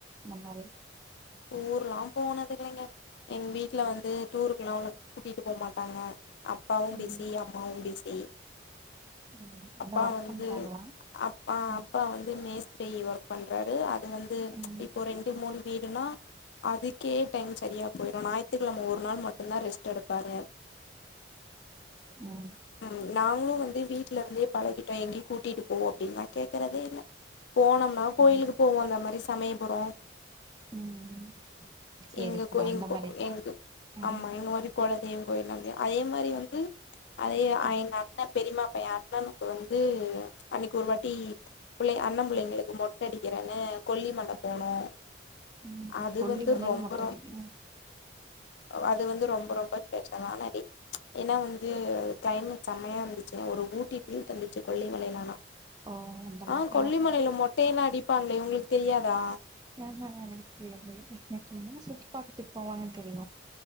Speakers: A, on the right (about 20°); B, on the left (about 70°).
A: இந்த மாரி
B: டூர்ல்லா போனதில்லைங்க எங் வீட்ல வந்து டூருக்லா அவ்ளோ கூட்டிட்டு போமாட்டாங்க அப்பாவும்
A: ம்
B: பிசி அம்மாவும் பிசி
A: ம்
B: அப்பா
A: என்ன ஒர்க்
B: வந்து
A: பண்றாங்களா
B: அப்பா
A: ம்
B: அப்பா வந்து மேஸ்த்ரி ஒர்க் பண்றாரு அது வந்து
A: ம்
B: இப்போ ரெண்டு மூணு வீடுனா அதுக்கே டைம் சரியா போயிரு ஞாய்த்துக்கெழம ஒரு நாள் மட்டுந்தா ரெஸ்ட் எடுப்பாரு
A: ம்
B: ம் நாங்ளு வந்து வீட்லருந்தே பழகிட்டோ எங்கியு கூட்டிட்டுபோ அப்டின்லா கேக்கறதே இல்ல போனம்னா கோயிலுக்கு
A: ம்
B: போவோ அந்த மாரி சமயபுறோ
A: ம் சேரி
B: எங்க
A: சேரி
B: கோ
A: அந்த
B: எங்க கோ
A: மாரி
B: எங்க
A: ம்
B: ஆமா எங்க மாரி கொலதெய்வ கோயில்ல வந்து அதே மாரி வந்து அதே அ
A: ம்
B: எங்க அண்ணே பெரிமா பையே அண்ணனுக்கு வந்து அன்னக்கி ஒருவாட்டி புள்ளய அண்ண புள்ளைங்ளுக்கு மொட்ட அடிக்கிறன்னு கொல்லி மல போனோ
A: ம்
B: அது
A: கொல்லிமலைல
B: வந்து ரொம்ப
A: மொட்ட
B: ரொம்
A: அடிக்க
B: அது வந்து ரொம்ப ரொம்ப ஸ்பெஷல்லான டே ஏனா வந்து கிளைமெட் செம்மையாந்துச்சுங்க ஒரு ஊட்டி ஃபீல் தந்துச்சு கொல்லிமலைல ஆனா
A: ஓ அந்த மாரி
B: ஆ கொல்லிமலைல மொட்டைலா அடிப்பாங்ளே உங்ளுக்கு தெரியாதா
A: அ ஆ எனக்கு தெரியாது சும்மா சுத்திப்பாத்துட்டு போவாங்கன் தெரியு